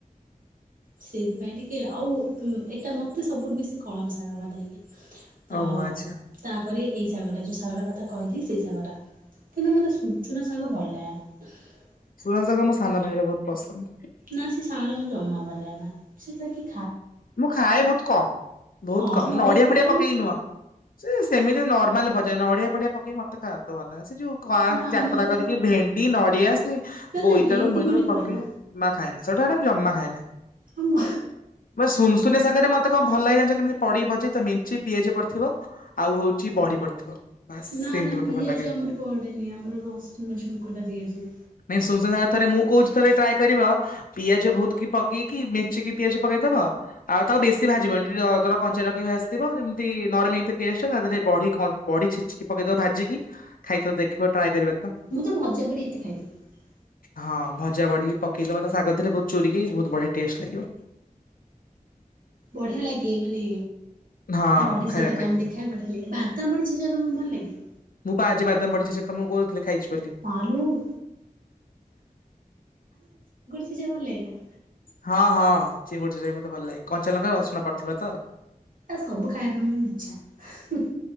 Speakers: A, on the right (about 70°); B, on the left (about 75°).
A: ସେଇଥିପାଇଁ ଟିକେ ଆଉ ଏଇଟା ମତେ ସବୁଠୁ ବେଶି କଳମ ଶାଗ ବାଡ ଲାଗ କି ତ
B: ଓହୋ ଆଚ୍ଛା
A: ତା ପରେ ଏହିଇ ଶାଗଟା ଯେଉଁ ଶାଗଟା କଥା କହିଲି ସେଇ ଶାଗଟା କିନ୍ତୁ ମୋତେ ସୂର୍ଯ୍ୟନା ସାଙ୍ଗ ଭଲ ଲାଗେନ <unintelligible>
B: ସୁୁରନ୍ତ ସାଙ୍କା ମୋ ସାନ ଭାଇରେ ବହୁତ ପସନ୍ଦ
A: ନା ସେ ସାଙ୍ଗଳ ଜମା ବାଲା ନା ସେଟ କି
B: ମୁଁ ଖାଏ ବହୁତ କମ ବହୁତ
A: ହଁ
B: କମ ନଡିଆ
A: ପକେଇ
B: ଫୁଡିଆ
A: କଲେ
B: ପକେଇକି
A: ମାନେ
B: ନୁହଁ ସେ ସେମିତି ନର୍ମାଲ ଭ ଯେ ନଡିଆ ପଡିଆ ପକେଇ ମତେ ଖାଦ ଭଲାଗ ସେୋଉ କରାନ୍ତି
A: ନା ଆମର
B: ଯାତ୍ରା
A: ତ
B: କରିକି ଭେଣ୍ଡି ନଡିଆ ସେ
A: ନା ନା
B: ବୋଇତାଳୁ
A: ଭେଣ୍ଡି
B: ମୁଇତଳୁ
A: ଭେଣ୍ଡି ପଡେନା
B: ପକେଇକି ଜମା ଖାଇନ୍ତି ସେଟା ଆଡେ ଜମା ଖଲା
A: ଆମମ
B: ମ ଶୁି ସାଙ୍ଗରେ ମତେ କଣ ଭଲ ଲାଗିାଣି କେମିତି ପଢିବି ଭି ତ ମିଞ୍ଚି ପିଆଜ ପଡିଥିବ ଆଉ ହଉଛି ବଢି ପଡିଥିବ ବାସ୍
A: ନା
B: ସେମିତି
A: ନା
B: ମତେ
A: ପିଆଜ
B: ଭଲ ଲାଗେ।
A: ଆମର ପଡେନି ଆମର ରସୁନ ଝୁଙ୍କ ଟା ଦିଆଜ
B: ନାଇଁ ସୁନସୁନିଆ ଶାଗ ଥରେ ମୁଁ କହୁଛି ଟ୍ରାଏ କରିବା ପିଆଜ ବହୁତ କି ପକେଇକି ମିିକି ପିଆଜ ପକେଇଦବ ଆଉ ତାକୁ ବେଶୀ ଭାଜିବନି ଟର କ ରଖି ଭସିଥିବ ଯେମିତି ନରମ ଏ ପେଷ୍ଟ ତା ଦେହରେଢ ବଢି ଛିଚିକି ପକେଇଦବ ଭାଜିକି ଖାଇଥ ଦେଖିବ ଟ୍ରାଏ କରିବା
A: ମୁଁ ତ ଭଜା ପଡ଼ି ଏତେ ଖାଇଦବ
B: ହଁ ଭଜା ବଢିକି ପକେଇଦବା ତା ଶାଗ ରେ ବହୁତ ଚୋରିିକ ବହୁତ ବଢିଆ ଟେଷ୍ଟ ଲାଗିବ
A: ବଢିଆ ଲାଗେ ମାନେ
B: ହଁ
A: ବଡି
B: ଖାଇବା
A: ସେତ କାମ
B: ପାଇଁ
A: ଦ ଦେଖା ବଢିଆ ଲାଗଗେ ବାତା ବଢିଛି ଯ ତମ ଭଲ ଲାଗେ
B: ମୁଁ ବା ଆଜି ବାଦାମ ପଡିଛି ସେ ତ ମୁଁ କହୁଥିଲି ଖାଇଛି ବୋଲି
A: ମାଲୋ ସେ ଚେବ ଲେନା
B: ହଁ ହଁ ଚିଙ୍ଗୁଡିଚ ଯାଇକି ମତେ ଭଲ ଲାଗେ କଞ୍ଚାଲଙ୍କା ରସୁଣ ପଡିଥିବ ତ
A: ଆ ସବୁ ଖାଇବା ପାଇଁ ଇଚଛା